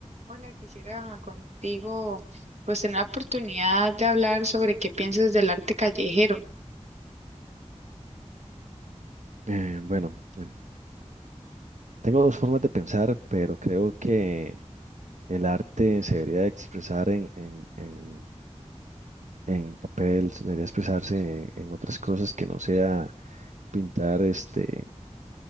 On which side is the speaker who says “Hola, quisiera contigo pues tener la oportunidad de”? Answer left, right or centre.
Right